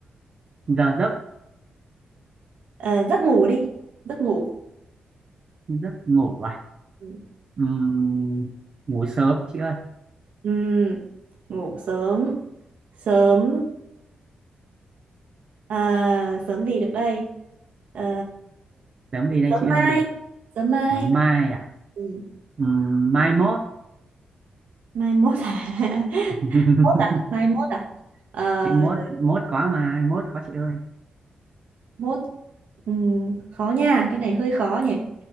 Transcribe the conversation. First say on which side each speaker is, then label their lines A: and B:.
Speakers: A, on the right; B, on the right.
A: giờ giấc
B: Ờ, giấc ngủ đi. Giấc ngủ.
A: giấc ngủ à
B: Ừ.
A: Ừm, ngủ sớm chị ơi
B: Ừ, Ngủ sớm. sớm à, sớm gì được đây Ờ,
A: sớm gì đây
B: sớm
A: chị ơi
B: mai sớm mai
A: sớm mai à
B: ừ.
A: Ừm, mai mốt
B: mai mốt à <laughs>
A: <laughs>
B: mốt à mai mốt à Ờ,
A: chị mốt mốt có mà mốt có chị ơi
B: mốt Ừm, khó nha cái này hơi khó nhỉ